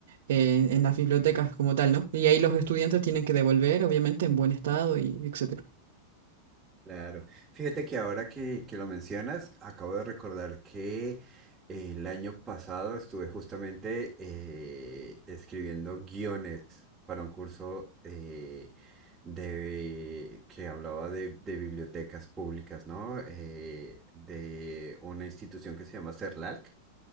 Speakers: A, on the right; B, on the right.
A: eh, en las bibliotecas como tal, ¿no? Y ahí los estudiantes tienen que devolver, obviamente, en buen estado y etc.
B: Claro. Fíjate que ahora que, que lo mencionas, acabo de recordar que eh, el año pasado estuve justamente eh, escribiendo guiones para un curso eh, de, que hablaba de, de bibliotecas públicas, ¿no? Eh, de una institución que se llama CERLALC